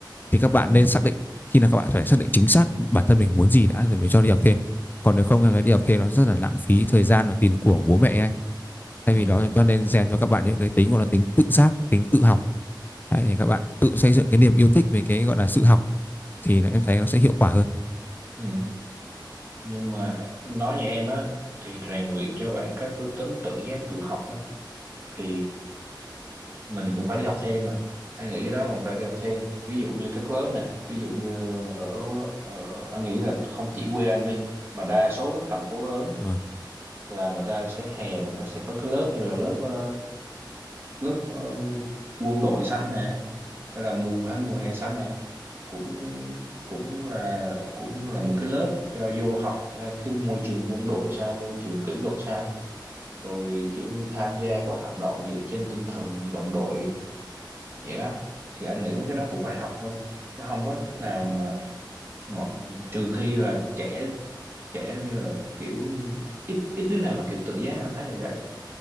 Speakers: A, on the left; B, on the right.
A: thì các bạn
B: Ừ.
A: nên xác định khi nào các bạn phải xác định chính xác bản thân mình muốn gì đã rồi mới cho đi học thêm còn nếu không em thấy đi học thêm nó rất là lãng phí thời gian và tiền của bố mẹ ấy thay
B: Ừ.
A: vì đó cho nên rèn cho các bạn những cái tính gọi là tính tự giác tính tự học Đấy, thì các bạn tự xây dựng cái niềm yêu thích về cái gọi là sự học thì nó, em thấy nó sẽ hiệu quả hơn
B: Ừ. Nhưng mà nói như em á thì rèn luyện cho bạn các đức tính tự giác tự học á thì mình cũng phải đi học thêm mà. Anh nghĩ cái đó mình phải đi học thêm. Ví dụ như các lớp nè, ví dụ như ở ở anh nghĩ là không chỉ quê anh đi mà đa số các thành phố lớn
A: Ờ.
B: là người ta sẽ hè rồi người ta sẽ có cái lớp như là lớp ờ, lớp ờ, quân đội xanh nè hay là mùa hay mùa hè xanh nè cũng cũng là cũng là một cái lớp cho vô học theo cái môi trường quân đội sao môi trường kỷ luật sao rồi kiểu như tham gia có hoạt động dựa trên tinh thần đồng đội vậy đó thì anh nghĩ mấy cái đó cũng phải học thôi chứ không có cách nào mà ngọn trừ khi là trẻ trẻ như là kiểu ít ít đứa nào mà kiểu tự giác anh thấy là vậy